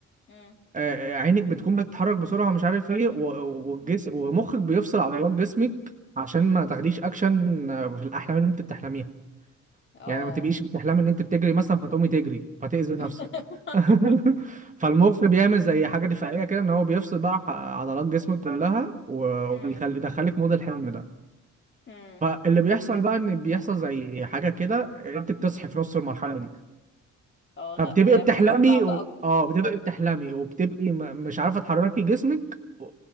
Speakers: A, on the left; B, on the right.
A: امم
B: آه، عينك بتكون بتتحرك بسرعه ومش عارف ايه و- والجسم ومخك بيفصل عضلات جسمك عشان ما تاخديش اكشن آه، في الاحلام اللي انت بتحلميها
A: اه
B: يعني ما تبقيش بتحلمي ان انت بتجري مثلا فتقومي تجري فتأذي
A: <laughs>
B: نفسك <laughs> فالمخ بيعمل زي حاجه دفاعيه كده ان هو بيفصل بقى ح- عضلات جسمك كلها وبيدخلك
A: امم
B: مود الحلم ده
A: امم
B: فاللي بيحصل بقى ان بيحصل زي حاجه كده انت بتصحي في نص المرحله دي
A: اه
B: فبتبقي
A: لا
B: بتحلمي
A: احساس صعب
B: و...
A: قوي
B: اه بتبقي بتحلمي وبتبقي م... مش عارفه تحركي جسمك و-